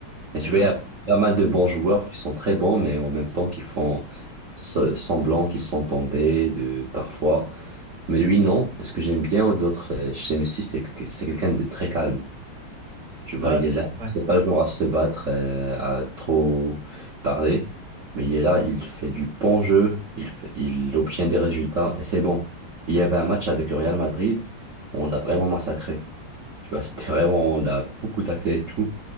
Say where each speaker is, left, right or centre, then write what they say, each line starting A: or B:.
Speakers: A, on the right; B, on the right.
A: Et
B: d'accord.
A: tu vois, il y a pas mal de bons joueurs qui sont très bons, mais en même temps qui font se- semblant qu'ils sont tombés de, parfois. Mais lui, non. Et ce que j'aime bien d'autres euh, chez Messi, c'est que c'est quelqu'un de très calme. Tu vois,
B: Non,
A: il
B: et
A: est là.
B: ouais.
A: C'est pas le genre à se battre, euh, à trop parler, mais il est là, il fait du bon jeu, il fait- il obtient des résultats et c'est bon. Il y avait un match avec le Real Madrid, on l'a vraiment massacré. Tu vois, <laughs> c'était vraiment, on l'a beaucoup taclé et tout.